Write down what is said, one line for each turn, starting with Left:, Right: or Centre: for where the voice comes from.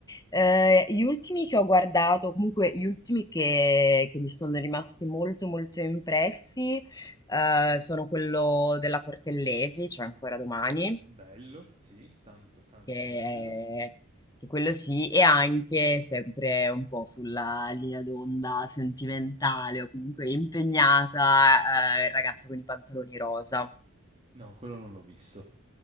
Left: Eh, gli ultimi che ho guardato, comunque gli ultimi che, che mi sono rimasti molto molto impressi, eh, sono quello della Cortellesi, cioè ancora domani,
Right: bello, sì, tanto, tanto
Left: che,
Right: bello.
Left: che quello sì, e anche sempre un po' sulla linea d'onda sentimentale o comunque impegnata, eh, il ragazzo con i pantaloni rosa.
Right: No, quello non l'ho visto.